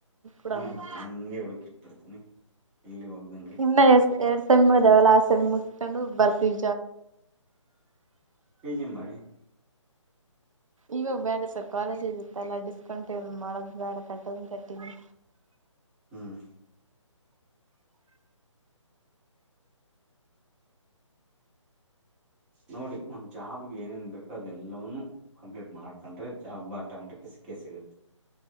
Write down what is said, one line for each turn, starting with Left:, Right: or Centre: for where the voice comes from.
Right: ಕೂಡ
Centre: ಹ್ಮ್ ಹಂಗೆ ಹುಡುಕಿ ಇಟ್ ಬಿಿಡ್ತೇನಿ ಎಲ್ಲಿ ಹೋಗ್ದಂಗೆ.
Right: ಇ ಎಷ್ಟ ಎರಡ್ ಸೆಮ್ಮಿ ಅದಾವಲ್ಲ ಆ ಸೆಮ್ಮಿ ಮುಗಿಸಿಕೊಂಡು ಜಾಬಿ ಬರ್ತೀವಿ
Centre: ಪಿಜಿ ಮಾಡಿ
Right: ಇವಾಗ ಬೇಡ ಸರ್ ಕಾಲೇಜ ಇ ಇತ್ತಲ್ಲ ಡಿಸ್ಕೌಂಟ್ ಏ ಮಾಡೋದು ಬೇಡ ಕಟ್ಟೋದನ್ ಕಟ್ಟಿನಿ
Centre: ಹ್ಮ್. ನೋಡಿ ಒಂದ್ ಜಾಬ್ಗೆ ಏನೇನ್ ಬೇಕದೆ ಎಲ್ಲವವನ್ನು ಕಂಪ್ಲೀಟ್ ಮಾಡ್ಕೊಂಡ್ರೆ ಜಾಬ್ ಆಟಮಿಟಕ್ಕೆ ಸಿಕ್ಕ ಸಿಗುತ್ತೆ.